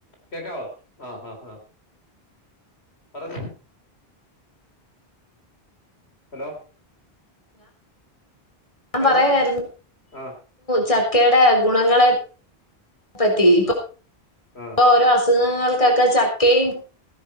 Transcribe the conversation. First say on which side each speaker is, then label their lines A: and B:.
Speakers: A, on the left; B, on the left.
A: കേക്കാവോ ഹാ ഹാ ഹാ പറഞ്ഞോ ഹലോ
B: ഞാൻ
A: എവിടാ
B: പറയായിരുന്നു
A: ആ
B: ചക്കയുടെ ഗുണങ്ങളെ <inaudible> പറ്റി ഇപ്പൊ <inaudible>
A: ആ
B: ഇപ്പോ ഓരോ അസുഖങ്ങൾ ചക്കയും